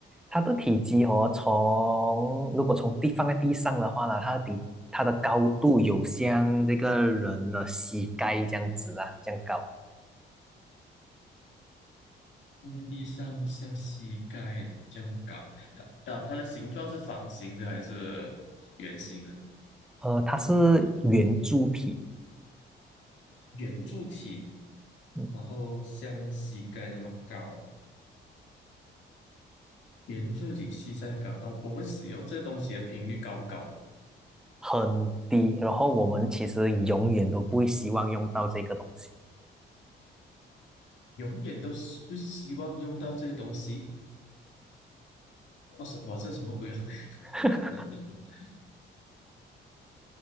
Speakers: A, in the centre; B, on the left.
A: 它的体积哦，从如果从地放在地上的话呢，它的底它的高度有像这个人的膝盖这样子啊，这样高。
B: 放在地上像膝盖这样高，它啊，它的形状是方形的还是圆形的？
A: 呃，它是圆柱体，
B: 圆柱体，
A: 嗯，
B: 然后像膝盖那么高，圆柱体膝盖高。然后我们使用这东西的频率高不高？
A: 很低。然后我们其实永远都不会希望用到这个东西，
B: 永远都是不希望用到这些东西。哦，什么？这什么鬼啊？
A: <laughs>
B: <laughs>